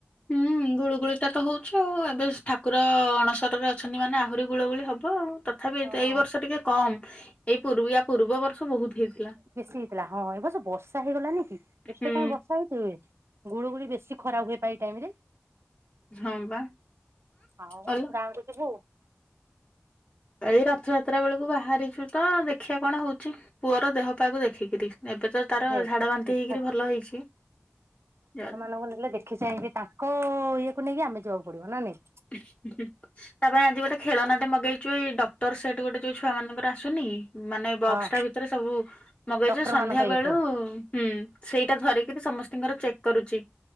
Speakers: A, on the left; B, on the right.
A: ହୁଁ ଗୁଳୁଗୁଳିଟା ତ ହଉଛି ଆଉ ଏବେ ଠାକୁର ଅଣସରରେ ଅଛନ୍ତି ମାନେ ଆହୁରି ଗୁଳୁଗୁଳି ହବ ଆଉ। ତ ତଥାପି
B: ହଁ
A: ଏଇଟା ଏଇ ବର୍ଷ ଟିକେ କମ ଏଇ ପୂର୍ବି ୟା ପୂର୍ବ ବର୍ଷ ବହୁତ ହେଇଥିଲା।
B: ବେଶୀ ହେଇଥିଲା ହଁ ଏ ବସ ବର୍ଷା ହେଇଗଲାନି କି? ଏତେ
A: ହୁଁ
B: କାଇଁ ବର୍ଷା ହେଇ ହୁଏ, ଗୁଳୁ ଗୁଳି ବେଶୀ ଖରା ହୁଏ ବା ଏଇ ଟାଇମ ରେ।
A: ହଁ ବା
B: ଆଉ
A: ଅଲ
B: ଗାଁ କୁ ଯିବୁ?
A: ଏଇ ରଥଯାତ୍ରା ବେଳକୁ ବାହାରିଛୁ ତ ଦେଖିବା କଣ ହଉଛି? ପୁଅର ଦେହ ପାକୁ ଦେଖିକିରି। ଏବେ ତ ତାର
B: ହେ
A: ଝାଡା ବାନ୍ତି
B: ଏଥର
A: ହେଇକରି ଭଲ ହେଇଛି। ଜ
B: <unintelligible> ଦେ ଦେଖି ଯାଇଁକି ତାଙ୍କ ଇଏକୁ ନେଇକି ଆମେ ଯିବାକୁ ପଡିବ ନା ନାଇଁ?
A: ଉଁ ହୁଁ ତା ପାଇଁ ଆଜି ଗୋଟେ ଖେଳନାଟେ ମଗେଇଛୁ ଏଇଡ ଟର ସେଟ ଗୋଟେ ଯୋଉ ଛୁଆ ମାନଙ୍କର ଆସୁନି ମାନେ ବକ୍ସଟା
B: ହଁ
A: ଭିତରେ ସବୁ। ମଗେଇଛୁ,
B: ଡକ୍ଟର
A: ସନ୍ଧ୍ୟା
B: ମାନଙ୍କ ଇଏ
A: ବେଳୁ
B: ଥିବ
A: ହୁଁ ସେଇଟା ଧରିକିରି ସମସ୍ତେ ଙ୍କର ଚେକ୍ କରୁଛି,